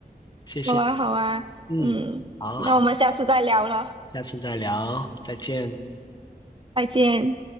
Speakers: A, on the left (about 25°); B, on the right (about 30°).
A: 谢谢，
B: 好啊，好啊，
A: 嗯，
B: 嗯，
A: 好好，
B: 那我们下次再聊了，
A: 下次再聊，再见。
B: 再见。